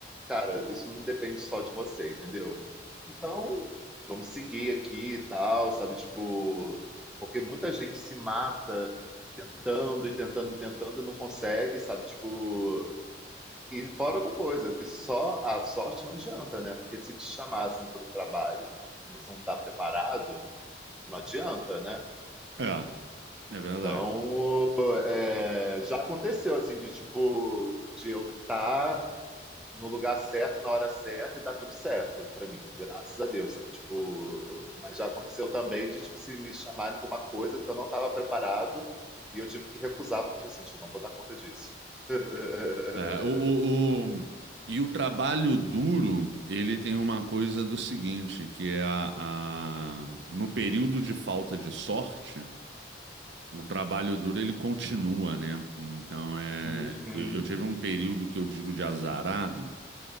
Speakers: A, in the centre; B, on the right.
A: cara, isso não depende só de você, entendeu? Então, vamos seguir aqui e tal, sabe? Tipo, porque muita gente se mata tentando e tentando e tentando e não consegue, sabe? Tipo. E fora outra coisa, que só a sorte não adianta, né? Porque se te chamassem para um trabalho e você não está preparado, não adianta, né?
B: É, é verdade.
A: Então, é, já aconteceu assim de tipo de eu estar no lugar certo na hora certa e dar tudo certo para mim, graças a Deus, sabe? Tipo, mas já aconteceu também de tipo se me chamarem para uma coisa que eu não estava preparado e eu tive que recusar porque tipo, assim, gente, eu não vou dar conta disso. <laughs>
B: É, o, o- o- e o trabalho duro, ele tem uma coisa do seguinte, que é a, a- no período de falta de sorte, O trabalho duro ele continua, né? Então é,
A: Uhum,
B: eu, eu tive um período que eu digo de azarado,